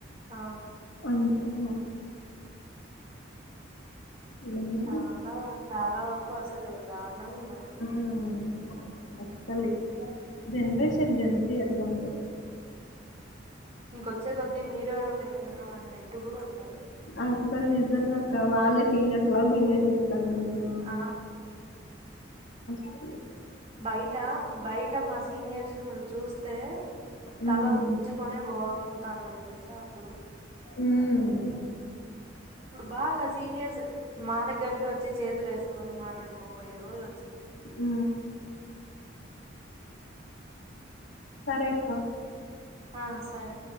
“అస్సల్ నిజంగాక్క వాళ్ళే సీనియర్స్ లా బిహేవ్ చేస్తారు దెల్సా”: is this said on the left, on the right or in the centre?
Left